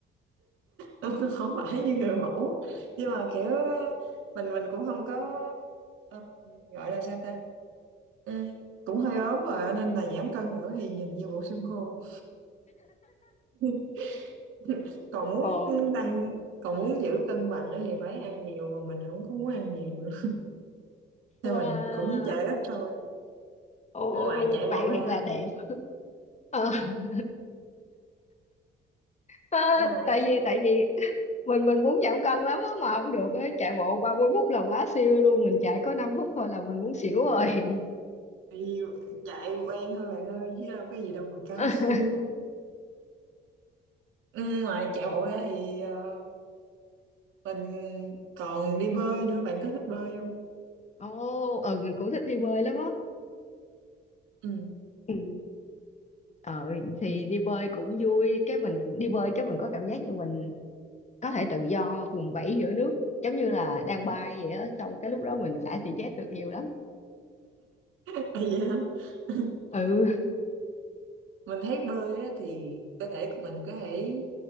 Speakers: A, on the right; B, on the left.
A: <laughs> không phải như người mẫu nhưng mà kiểu ờ, mình mình cũng không có ờ, gọi là sao ta Ừ, cũng hơi ốm rồi nên là giảm cân nữa thì nhìn như bộ xương khô <laughs> <laughs> còn muốn
B: ồ,
A: tăng còn muốn giữ cân bằng ấy thì phải ăn nhiều mà mình không có muốn ăn nhiều nữa nên
B: wow,
A: mình cũng chạy ít thôi
B: ồ,
A: ngoài chạy
B: bạn
A: bộ ra
B: thiệt là đẹp. Ờ, <laughs> à,
A: ngoài
B: tại vì tại vì mình mình muốn giảm cân lắm á mà không được á, chạy bộ 30 phút là quá siêu luôn, mình chạy có 5 phút thôi là mình muốn xỉu rồi.
A: nhiều- chạy quen thôi bạn ơi chứ đâu có gì đâu mà cao
B: <laughs>
A: siêu Ừ, ngoài chạy bộ ra thì ờ, mình còn đi bơi nữa bạn có thích bơi không
B: Ồ, ừ mình cũng thích đi bơi lắm á.
A: ừ
B: Ừ. Ờ thì đi bơi cũng vui, cái mình đi bơi cái mình có cảm giác như mình có thể tự do vùng vẫy giữa nước giống như là đang bay vậy á xong cái lúc đó mình xả stress được nhiều lắm
A: <laughs> vậy hả? <laughs>
B: ừ
A: mình thấy bơi á, thì cơ thể của mình có thể